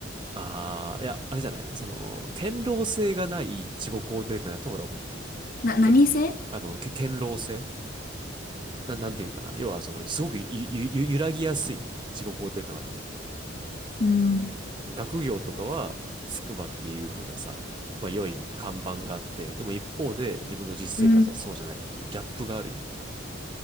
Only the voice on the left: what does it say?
な、何性
うん。
うん。